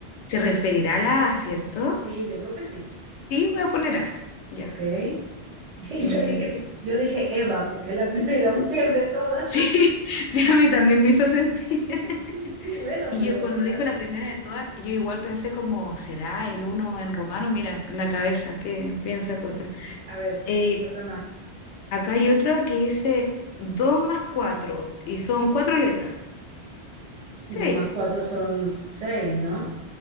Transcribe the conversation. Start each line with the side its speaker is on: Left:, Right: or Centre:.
Left: Se referirá a la A, ¿cierto?
Right: Sí, yo creo que sí.
Left: Sí, voy a poner A. Ya.
Right: Ok. <laughs> Y
Left: Eh,
Right: yo dije, yo dije Eva, porque es la <laughs> primera mujer de todas.
Left: <laughs>
Right: <laughs>
Left: sí, sí, a mí también me hizo sentir. <laughs>
Right: Sí, sí, bueno,
Left: Y
Right: pero
Left: yo cuando
Right: era.
Left: dijo la primera de todas, yo igual pensé como, ¿será el uno en romano? Mira, en la cabeza, que piensa
Right: Sí,
Left: cosas.
Right: sí. A ver,
Left: Eh,
Right: ¿qué, qué otra más?
Left: acá hay otra que dice 2 más 4 y son cuatro letras. Seis.
Right: Y dos más cuatro son seis, ¿no?